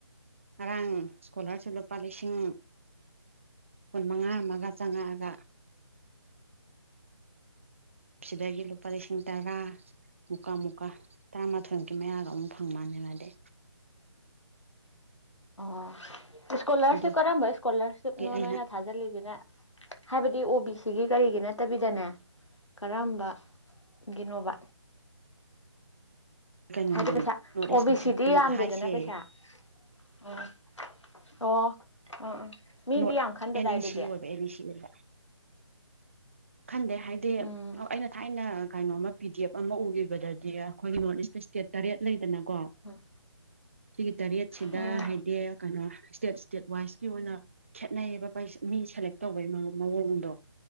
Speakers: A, on the right; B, on the left.
A: ꯉꯔꯥꯡ ꯁ꯭ꯀꯣꯂꯔꯁꯤꯞ ꯂꯨꯄꯥ ꯂꯤꯁꯤꯡ ꯀꯨꯟ ꯃꯉꯥ ꯑꯃꯒ ꯆꯉꯛꯑꯒ ꯁꯤꯗꯒꯤ ꯂꯨꯄꯥ ꯂꯤꯁꯤꯡ ꯇꯔꯥ ꯃꯨꯀꯥ ꯃꯨꯀꯥ ꯇꯔꯥꯃꯥꯊꯣꯏꯃꯨꯛꯀꯤ ꯃꯌꯥꯒ ꯑꯃꯨꯛ ꯐꯪ ꯃꯟꯅꯦ ꯃꯗꯤ
B: ꯑꯣ ꯏꯁꯀꯣꯂꯔꯁꯤꯞ
A: ꯑꯗꯨꯒꯤ
B: ꯀꯔꯝꯕ ꯏꯁꯀꯣꯂꯔꯁꯤꯞꯅꯣ
A: ꯑꯩꯅ
B: ꯅꯣꯏꯅ ꯊꯥꯖꯤꯜꯂꯤꯁꯤꯅ ꯍꯥꯏꯕꯗꯤ ꯑꯣ ꯕꯤ ꯁꯤꯒꯤ ꯀꯔꯤꯒꯤ ꯅꯠꯇꯕꯤꯗꯅꯦ ꯀꯔꯝꯕꯒꯤꯅꯣꯕ
A: ꯀꯩꯅꯣꯗꯨꯅꯤ
B: ꯍꯥꯏꯗꯤ ꯄꯩꯁꯥ
A: ꯅꯣꯔꯠ
B: ꯑꯣ
A: ꯏꯁ
B: ꯕꯤ
A: ꯀꯥꯎꯟꯁꯤꯜ
B: ꯁꯤꯗꯤ ꯌꯥꯝꯗꯦꯗꯅ
A: ꯍꯥꯏꯁꯦ
B: ꯄꯩꯁꯥ <unintelligible> ꯑꯣ ꯑꯣ ꯎ ꯎꯝ ꯃꯤꯗꯤ
A: ꯅꯣꯔꯠ
B: ꯌꯥꯝ ꯈꯟꯗꯗꯥꯏ
A: ꯑꯦꯟ ꯏ
B: ꯑꯗꯨꯗꯤ
A: ꯁꯤ ꯑꯣꯏꯕ ꯑꯣ ꯕꯤ ꯁꯤꯗꯨꯗ ꯈꯟꯗꯦ ꯍꯥꯏꯗꯤ <unintelligible>
B: ꯎꯝ
A: ꯑꯩꯅ ꯊꯥꯏꯅ ꯀꯩꯅꯣꯃ ꯄꯤ ꯗꯤ ꯑꯦꯐ ꯑꯃ ꯎꯒꯤꯕꯗꯗꯤ ꯑꯩꯈꯣꯏ ꯅꯣꯔꯠ ꯏꯁꯇ ꯏꯁꯇꯦꯠ ꯇꯔꯦꯠ ꯂꯩꯗꯅꯀꯣ
B: ꯎꯝ
A: ꯁꯤꯒꯤ ꯇꯔꯦꯠꯁꯤꯗ
B: ꯎꯝ
A: ꯍꯥꯏꯗꯤ ꯀꯩꯅꯣ ꯏꯁꯇꯦꯠ ꯏꯁꯇꯦꯠ ꯋꯥꯏꯁꯀꯤ ꯑꯣꯏꯅ ꯈꯦꯠꯅꯩꯌꯦꯕ ꯄꯩ ꯃꯤ ꯁꯦꯂꯦꯛ ꯇꯧꯕꯩ ꯃꯑꯣꯡꯗꯣ